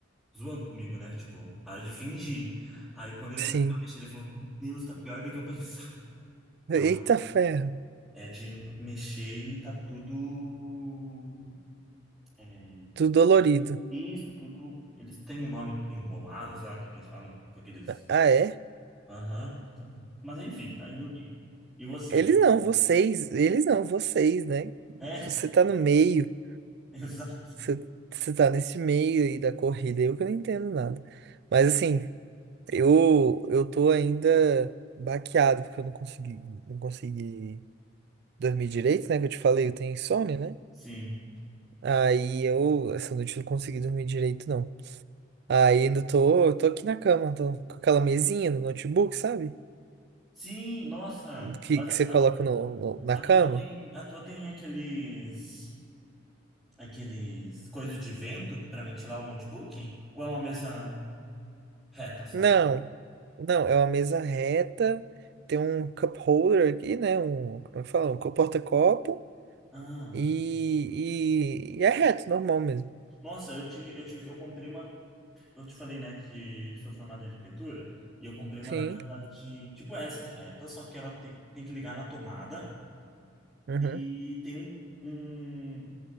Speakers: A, in the centre; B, on the right.
A: zoando comigo, né? Tipo, para de fingir. Aí quando ele
B: sim.
A: começou a mexer, ele falou, meu Deus, tá pior do que eu <laughs> pensava. Então, assim,
B: Eita ferro,
A: é de mexer e tá tudo. é,
B: tudo dolorido.
A: E isso tudo, eles têm um nome embolado, sei lá o que que eles falam com aqueles.
B: Ah, é?
A: Aham, então. Mas enfim, tá indo bem. E você?
B: Eles não, vocês, eles não, vocês, né?
A: É,
B: Você tá no meio,
A: <laughs> exato.
B: você, você tá nesse meio aí da corrida, eu que não entendo nada. Mas assim, eu eu tô ainda baqueado, porque eu não consegui, não consegui dormir direito, né? Que eu te falei, eu tenho insônia, né?
A: Sim.
B: Aí eu, essa noite eu não consegui dormir direito, não. Aí ainda tô, tô aqui na cama, tô com aquela mesinha no notebook, sabe?
A: Sim, nossa.
B: Que,
A: Mas
B: que
A: a,
B: você
A: a,
B: coloca no, no- na
A: a
B: cama.
A: tua tem, a tua tem aqueles, aqueles coisas de vento para ventilar o notebook? Ou é uma mesa reta só?
B: Não, não, é uma mesa reta, tem um cup holder aqui, né? Um, como é que fala? Um co- porta-copo
A: Ah,
B: e, e, e é reto, normal mesmo.
A: nossa, eu tinha, eu tive, eu comprei uma Eu te falei, né, que sou formado em arquitetura e eu comprei uma
B: Sim.
A: daquelas de, tipo, essas retas, só que ela tem, tem que ligar na tomada
B: uhum.
A: e tem um, um,